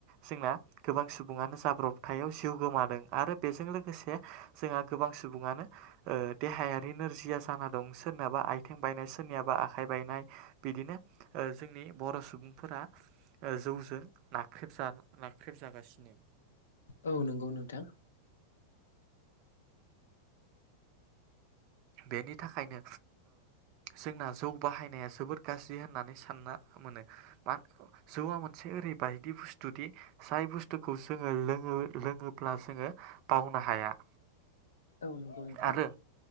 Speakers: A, on the right (about 50°); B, on the left (about 85°).
A: जोंना गोबां सुबुङानो जाब्रबथायाव जिउ गोमा आरो बेजों लोगोसे जोंहा गोबां सुबुङानो देहायारि नोरजिया जाना दं। सोरनाबा आथिं बायनाय सोरनियाबा आखाइ बायनाय बिदिनो जोंनि बर' सुबुं फोरा जौजों नाख्रेब नाख्रेब जागासिनो।
B: औ नंगौ नोंथां।
A: बेनि थाखायनो जोंना जौ बाहायनाया जोबोद गाज्रि होननानै सानना मोनो बात जौआ मोनसे ओरैबायायदि बुस्थुदि जाय बुस्थुखौ जोङो लोङो लोङोब्ला जोङो बावनो हाया।
B: औ नंगौ नोंथां।
A: आरो